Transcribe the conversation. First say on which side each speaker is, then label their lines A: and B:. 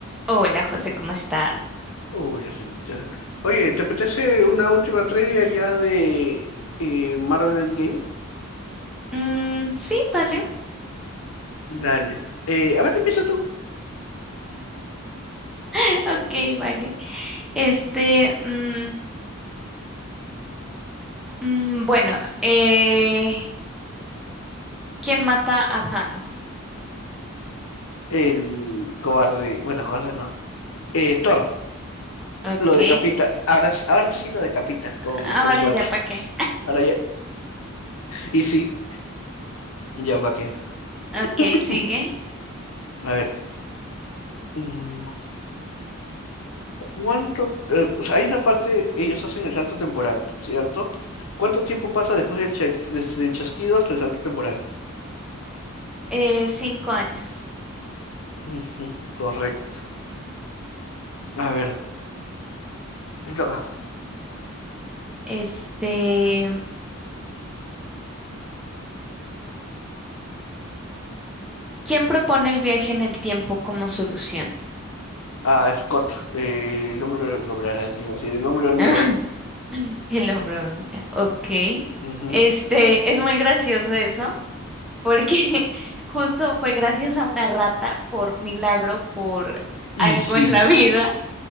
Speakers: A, in the centre; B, on the left.
A: Hola, José, ¿cómo estás?
B: Hola la cerita. Oye, ¿te apetece una última trivia ya de eh, Marvel Endgame?
A: Mm, sí, vale.
B: Dale. Eh, a ver, empieza tú.
A: <laughs> Ok, vale. Este, mm, mm, bueno, eh, ¿quién mata a Thanos?
B: El cobarde. Bueno, cobarde no. Eh, Thor,
A: Ok.
B: lo decapita. Ahora, s- ahora sí lo decapitas con,
A: Ahora
B: con su hacha.
A: ya, ¿para qué?
B: Ahora ya. Y sí, ya para qué.
A: <laughs> Ok,
B: <clears throat>
A: sigue.
B: A ver. mm, ¿Cuánto? eh, o sea, hay una parte, ellos hacen el salto temporal, ¿cierto? ¿Cuánto tiempo pasa después del, cha- desde el chasquido hasta el salto temporal?
A: Eh, cinco años.
B: Ujú, correcto. A ver, te toca.
A: Este, ¿quién propone el viaje en el tiempo como solución?
B: a Scott, eh, el hombre, el hombre araña, iba a decir, el hombre hormiga.
A: <laughs> El hombre hormiga. Ok.
B: Ujú.
A: Este, es muy gracioso eso. porque <laughs> justo fue gracias a una rata, por milagro, por algo
B: Y sí,
A: en la vida,